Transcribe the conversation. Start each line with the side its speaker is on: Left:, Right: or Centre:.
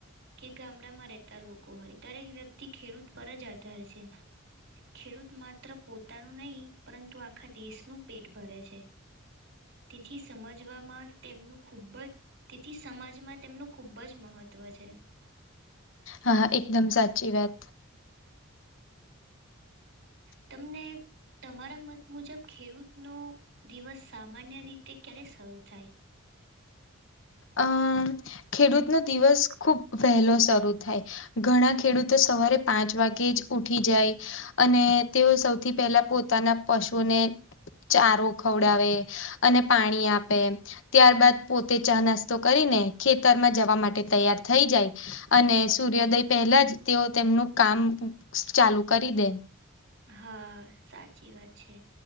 Right: કે ગામડામાં રહેતા લોકો હોય, દરેક વ્યક્તિ ખેડૂત પર જ આધાર છે. ખેડૂત માત્ર પોતાનું નહી, પરંતુ આખા દેશનું પેટ ભરે છે. તેથી સમજવામાં તેમનું ખૂબ જ તેથી સમાજમાં તેમનું ખુબ જ મહત્વ છે.
Left: હા એકદમ સાચી વાત.
Right: તમને તમારા મત મુજબ ખેડૂતનો દિવસ સામાન્ય રીતે ક્યારે શરૂ થાય.
Left: અમ ખેડૂત નો દિવસ ખુબ વહેલો શરૂ થાય ઘણા ખેડૂત તો સવારે પાંચ વાગે જ ઉઠી જાય. અને તેઓ સૌથી પહેલા પોતાના પશુને ચારો ખવડાવે અને પાણી આપે ત્યાર બાદ પોતે ચા નસ તો કરીને ખેતરમાં જવા માટે તૈયાર થઈ જાય. અને સૂર્યોદય પહેલા જ તેઓ તેમનું કામ ચાલુ કરી દે.
Right: હા સાચી વાત છે